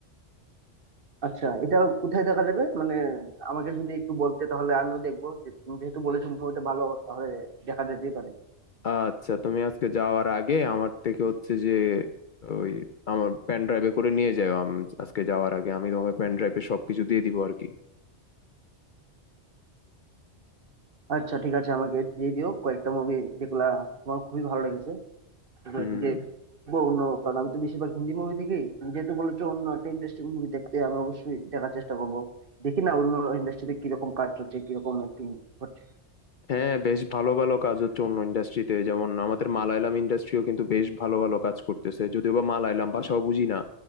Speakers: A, on the right (about 55°); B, on the left (about 55°).
A: আচ্ছা এটা কোথায় দেখা যাবে মানে আমাকে যদি একটু বলতে তাহলে আমিও দেখবো যে তুমি যেহেতু বলেছো মুভিটা ভালো তাহলে দেখা যেতেই পারে
B: আচ্ছা তুমি আজকে যাওয়ার আগে আমার থেকে হচ্ছে যে ওই আমার পেন ড্রাইভে করে নিয়ে যাও আম- আজকে যাওয়ার আগে আমি তোমাকে পেন ড্রাইভে সবকিছু দিয়ে দিব আর কি
A: আচ্ছা ঠিক আছে আমাকে দিয়ে দিও কয়েকটা মুভি যেগুলা তোমার খুবই ভালো লেগেছে এগুলো
B: হুম
A: তো দেখবো অন্য কারণ আমি তো বেশিরভাগ হিন্দি মুভি দেখি তুমি যেহেতু বলেছো অন্য একটা ইন্ডাস্ট্রির মুভি দেখতে আমি অবশ্যই দেখার চেষ্টা করবো দেখি না অন্য ইন্ডাস্ট্রিতে কিরকম কাজ চলছে কিরকম অ্যাক্টিং হচ্ছে
B: হ্যাঁ বেশ ভালো ভালো কাজ হচ্ছে অন্য ইন্ডাস্ট্রিতে যেমন আমাদের মালায়ালাম ইন্ডাস্ট্রিও কিন্তু বেশ ভালো ভালো কাজ করতেছে যদিও বা মালায়ালাম ভাষাও বুঝি না